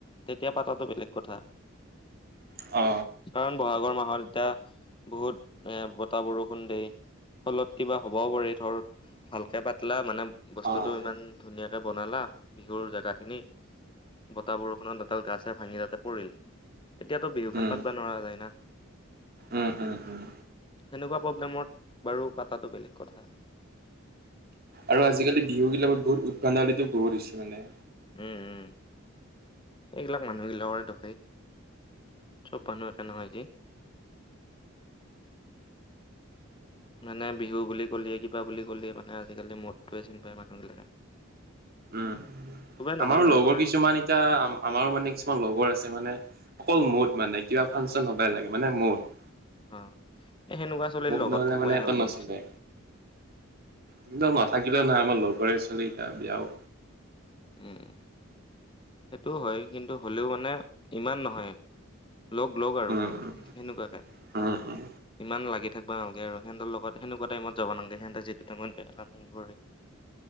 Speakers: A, on the left (about 25°); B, on the right (about 50°).
A: তেতিয়া পাতাটো বেলেগ কথা
B: অ
A: কাৰণ বহাগৰ মাহত এতিয়া বহুত এ বতাহ বৰষুণ দেই ফলত কিবা হ'বও পাৰি ধৰ ভালকৈ পাতলা মানে বস্তুটো
B: অ'।
A: ইমান ধুনীয়াকৈ বনালা বিহুৰ জেগা খিনি বতাহ বৰষুণত এডাল গা ছাল ভাঙি তাতে পৰিল এতিয়াতো বিহুখন
B: উম,
A: পাতবা নোৱাৰা যায় না
B: উম উম উম
A: সেনেকুৱা প্ৰব্লেমত বাৰু পাতাটো বেলেগ কথা
B: আৰু আজিকালি বিহুবিলাকত বহুত উদভাণ্ডাৱলিটো বহুত হৈছে মানে
A: উম এইবিলাক মানুহগিলাকৰে দখাই চব মানুহ একে নহয় যে মানে বিহু বুলি কলে কিবা বুলি ক'লে মানে আজিকালি মদটোৱে চিনি পায় মানুহ বিলাকে
B: উম
A: নহয়
B: আমাৰো
A: বাৰু
B: লগৰ
A: তাৰ
B: কিছুমান এতিয়া আমাৰো মানে কিছুমান লগৰ আছে মানে অকল মদ মানে কিবা ফাংচন হব লাগে মানে মত
A: অ এ সেনেকুৱা ছোৱলীৰ
B: মুদ
A: লগত
B: নহ'লে
A: থাকিবাই
B: মানে এটা
A: নালাগে
B: নচলে।
A: একচলি
B: কিন্তু নাথাকিলে নহয় আমাৰ লগৰ ছোৱালীকেইটা বিয়াও
A: উম সেইটো হয় কিন্তু হ'লেও মানে ইমান নহয় লগ লগ আৰু
B: উম,
A: ধৰ
B: উম।
A: সেনেকুৱাকে
B: উম, উম,
A: ইমান লাগি থাকিব নালাগে আৰু সেহতৰ লগত হেনেকুৱা টাইমত যাব নালাগে হেঁতে যিটো টাইমত বেয়া প <inaudible>